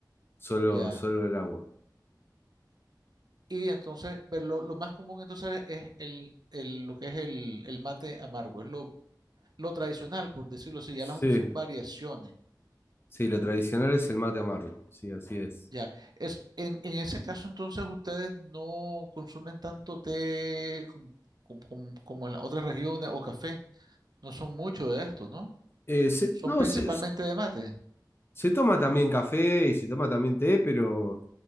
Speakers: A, on the left (about 30°); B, on the right (about 60°).
A: Solo,
B: Ya.
A: solo el agua.
B: Y entonces, pero lo, lo más común entonces es el, el- lo que es el, el mate amargo, es lo, lo tradicional, por decirlo así, ya
A: Sí,
B: las otras son variaciones.
A: sí, lo tradicional es el mate amargo, sí, así es.
B: Ya, es, en, en ese caso entonces ustedes no consumen tanto té com- com- com- como en las otras regiones o café, no son mucho de esto, ¿no?
A: Eh, se-
B: Son
A: no,
B: principalmente
A: se,
B: de mate.
A: se toma también café y se toma también té, pero,